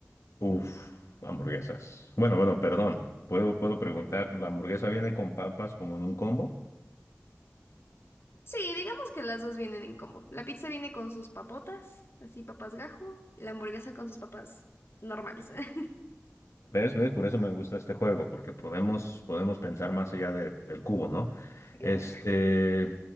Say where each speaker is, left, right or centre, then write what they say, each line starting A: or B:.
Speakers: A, on the left; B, on the left.
A: Uf, hamburguesas. Bueno, bueno, perdón. Puedo, puedo preguntar, ¿la hamburguesa viene con papas como en un combo?
B: Sí, digamos que las dos vienen en combo. La pizza viene con sus papotas, así papas gajo, y la hamburguesa con sus papas normales. <laughs>
A: ¿Ves? ¿Ves? Por eso me gusta este juego, porque podemos, podemos pensar más allá de- del cubo, ¿no?
B: Claro.
A: Este,